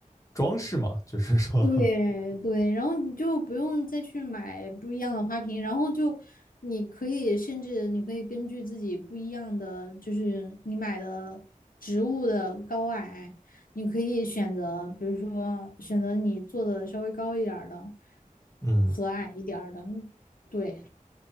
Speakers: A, on the left (about 25°); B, on the left (about 90°).
A: 装饰嘛，就是说，
B: 对对，然后你就不用再去买不一样的花瓶，然后就你可以甚至你可以根据自己不一样的，就是你买的植物的高矮，你可以选择，比如说选择你做的稍微高一点儿的
A: <laughs> 嗯，
B: 和矮一点儿的，对。